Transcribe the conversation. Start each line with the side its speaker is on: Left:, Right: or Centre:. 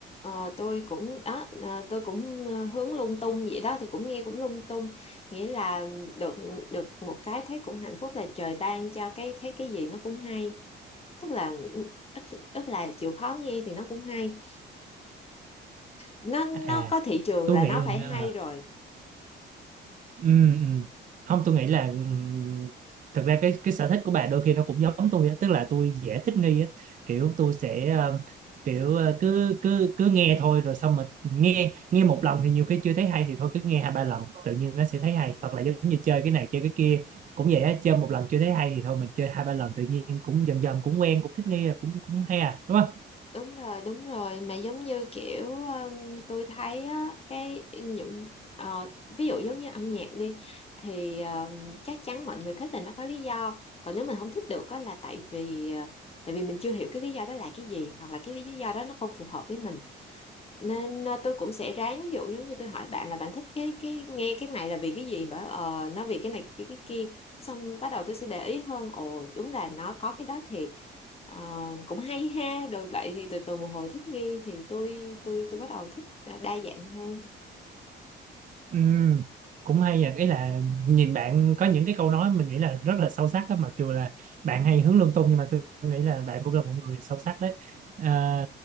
Left: Ờ, tôi cũng đó à, tôi cũng ờ, hướng lung tung vậy đó thì cũng nghe cũng lung tung nghĩa là được được một cái thấy cũng hạnh phúc là trời ban cho cái thấy cái gì nó cũng hay tức là tức là chịu khó nghe thì nó cũng hay nó
Right: à
Left: nó có thị trường
Right: tôi
Left: là
Right: nghĩ
Left: nó phải hay
Right: ờ,
Left: rồi
Right: ừ, ừ. không tôi nghĩ là ừm, thực ra cái cái sở thích của bà đôi khi nó cũng giống tôi á tức là tôi dễ thích nghi á kiểu tôi sẽ ờ, kiểu ờ, cứ cứ cứ nghe thôi rồi xong mình nghe nghe một lần thì nhiều khi chưa thấy hay thì thôi cứ nghe hai ba lần tự nhiên nó sẽ thấy hay hoặc là giống như chơi cái này chơi cái kia cũng vậy á chơi một lần chưa thấy hay thì thôi mình chơi hai ba lần tự nhiên cũng dần dần cũng quen cũng thích nghi cũng cũng hay à đúng không
Left: đúng rồi đúng rồi mà giống như kiểu um, tôi thấy á cái những ờ, ví dụ giống như âm nhạc đi thì um, chắc chắn mọi người thích là nó có lý do còn nếu mình không thích được á là tại vì ờ, tại vì mình chưa hiểu cái lý do đó là cái gì hoặc là cái lý do đó nó không phù hợp với mình nên ờ, tôi cũng sẽ ráng ví dụ giống như tôi hỏi bạn là bạn thích cái cái nghe cái này là vì cái gì bảo ờ nó vì cái này cái cái kia xong bắt đầu tôi sẽ để ý hơn ồ đúng là nó có cái đó thiệt Ờ, cũng hay ha rồi vậy thì từ từ một hồi thích nghi thì tôi tôi tôi bắt đầu thích ờ, đa dạng hơn
Right: Ừ, cũng hay vậy ý là nhìn bạn có những cái câu nói mình nghĩ là rất là sâu sắc đó mặc dù là bạn hay hướng lung tung nhưng mà tôi nghĩ là bạn cũng là một người sâu sắc đấy à,